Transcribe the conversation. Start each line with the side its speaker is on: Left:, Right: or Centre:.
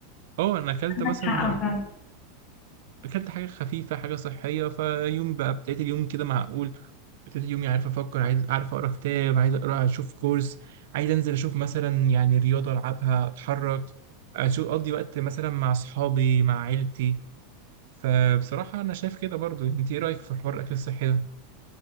Right: اه انا اكلت
Left: عندك
Right: مثلا
Left: حق فعلا
Right: اكلت حاجة خفيفة حاجة صحية فيوم بقى ابتديت اليوم كده معقول ابتديت يومي عارف افكر عايز عارف اقرا كتاب عايز اقرا اشوف كورس عايز انزل اشوف مثلا يعني رياضه العبها اتحرك اشوف اقضي وقت مثلا مع اصحابي مع عيلتي فبصراحه انا شايف كده برضو انت ايه رايك في حوار الاكل الصحي ده